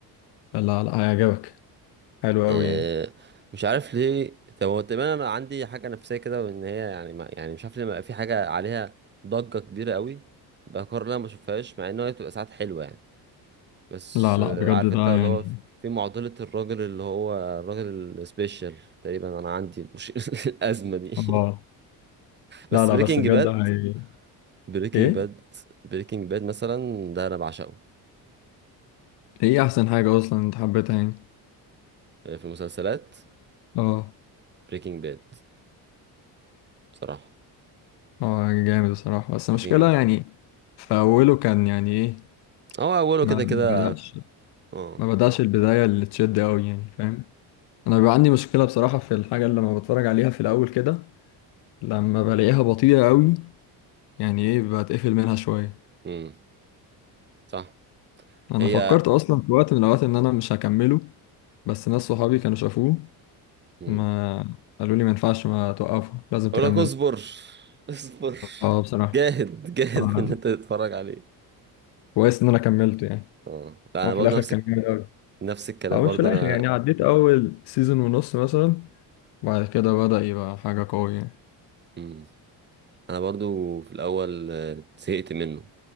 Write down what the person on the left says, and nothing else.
لا لا هيعجبك حلو قوي
يعني
لا لا
بجد
ده
يعني
اه
لا لا
بس بجد
هي
ايه
ايه احسن حاجة اصلا انت حبيتها يعني
اه
اه جامد الصراحة بس المشكلة
يعني في اوله كان يعني ايه
ما
ما بدأش
ما بدأش البداية اللي تشد قوي يعني فاهم انا بيبقى عندي مشكلة بصراحة في الحاجة اللي لما بتفرج عليها في الاول كده لما بلاقيها بطيئة قوي يعني ايه بتقفل منها شوية
انا
فكرت اصلا في وقت من الاوقات ان انا مش هكمله بس ناس صحابي كانوا شافوه
ما قالوا لي ما ينفعش ما توقفه لازم تكمله
اه بصراحة
آه،
كويس ان انا كملته يعني
هو في
الاخر
كان جامد قوي
او
مش في الاخر
يعني عديت اول سيزون ونص مثلا وبعد كده بدأ يبقى حاجة قوية يعني.